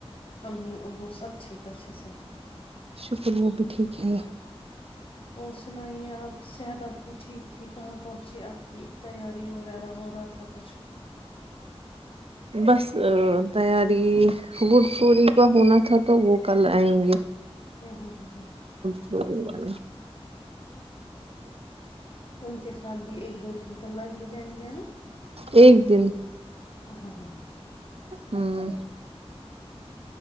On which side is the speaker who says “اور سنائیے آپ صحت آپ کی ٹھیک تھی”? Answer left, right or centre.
Left